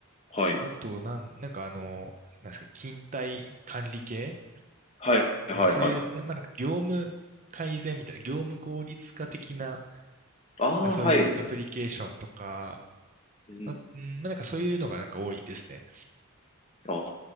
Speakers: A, on the left; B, on the right.
A: はい。
B: あと、なん、なんかあの、なんですか、勤怠管理系
A: はい。はい。
B: なんかそういう、
A: はい。
B: なまあ、なんか業務改善みたいな、業務効率化的な、
A: ああ、
B: なんかそういうアプリケーションとか、
A: はい。うん。
B: あ、うんまあ、なんかそういうのがなんか多いですね。
A: ああ、